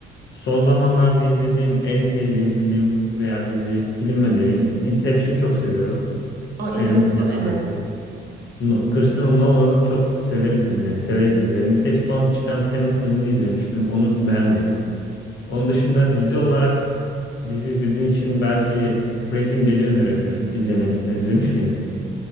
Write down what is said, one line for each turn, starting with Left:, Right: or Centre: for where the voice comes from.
Left: Son zamanlarda izlediğim en sevdiğim film veya dizi, film önereyim. Inception'ı çok seviyorum.
Right: Aa, Inception
Left: Yani Nolan
Right: evet.
Left: klasiği. No- Christopher Nolan'ın çok severim filmlerini, severek izlerim. Bir tek son çıkan Tenet filmini izlemiştim. Onu beğenmedim. Onun dışında dizi olarak dizi izlediğin için belki Breaking Bad'i önerebilirim. İzlemediysen izlemiş miydin?